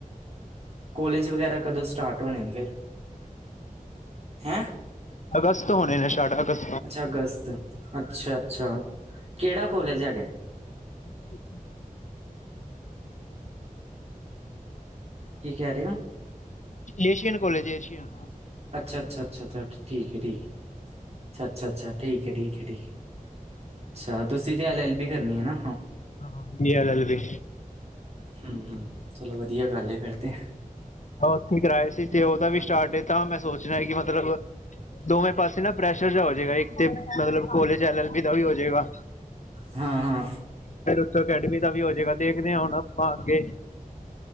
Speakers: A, on the right; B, on the left.
A: ਕੋਲੇਜ ਵਗੈਰਾ ਕਦੋਂ ਸਟਾਰਟ ਹੋਣੇ ਨੇ ਫੇਰ, ਹੈਂ?
B: ਅਗਸਤ ਤੋਂ ਹੋਣੇ ਨੇ ਸਟਾਰਟ, ਅਗਸਤ
A: ਅੱਛਾ ਅਗਸਤ। ਅੱਛਾ-ਅੱਛਾ। ਕਿਹੜਾ ਕੋਲੇਜ ਹੈਗੇ?
B: <inaudible>
A: ਕੀ ਕਹਿ ਰਹੇ ਓ?
B: ਏਸ਼ੀਅਨ ਕੋਲੇਜ ਏ ਏਸ਼ੀਆ।
A: ਅੱਛਾ- ਅੱਛਾ-ਅੱਛਾ ਠੀਕ ਅ ਠੀਕ ਅੱਛਾ-ਅੱਛਾ- ਅੱਛਾ ਠੀਕ ਹੈ, ਠੀਕ ਹੈ, ਠੀਕ ਅੱਛਾ ਤੁਸੀਂ ਤੇ ਐਲ ਐਲ ਬੀ ਕਰਨੀ ਹੈ ਨਾ?
B: ਹਾਂ ਬੀ-ਏ ਅਲ-ਅਲ-ਬੀ।
A: ਹਮ ਹਮ ਚਲੋ ਵਧੀਆ ਗੱਲ ਫੇਰ ਤੇ
B: ਉਥੇ ਕਰਾਏ ਸੀ ਤੇ ਉਹਦਾ ਵੀ ਸਟਾਰਟ ਏ ਤਾ ਮੈਂ ਸੋਚ ਰਯਾ ਸੀ ਕਿ ਮਤਲਬ ਦੋਵੇਂ ਪਾਸੇ ਨਾ ਪ੍ਰੈਸ਼ਰ ਜਿਹਾ ਹੋਜੇਗਾ ਇੱਕ ਤੇ ਮਤਲਬ ਕੋਲੇਜ ਐਲ ਐਲ ਬੀ ਦਾ ਵੀ ਹੋ ਜੇਗਾ।
A: ਹਾਂ -ਹਾਂ
B: ਫਿਰ ਉਥੋਂ ਅਕੈਡਮੀ ਦਾ ਵੀ ਹੋਜੇਗਾ ਦੇਖਨੇ ਆ ਹੁਣ ਆਪਾਂ ਅੱਗੇ